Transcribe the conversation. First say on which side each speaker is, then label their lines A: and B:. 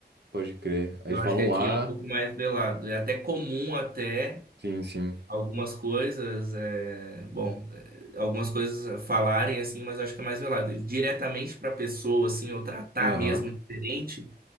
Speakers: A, on the right; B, on the right.
A: Pode crer. Aí
B: Eu
A: Eles falam
B: acho que aqui
A: um A.
B: é um pouco mais velado. É até comum até.
A: Sim, sim.
B: algumas coisas, é, bom, é, algumas coisas falarem assim, mas eu acho que é mais velado. E Diretamente para pessoa assim, ou tratar
A: Aham.
B: mesmo diferente,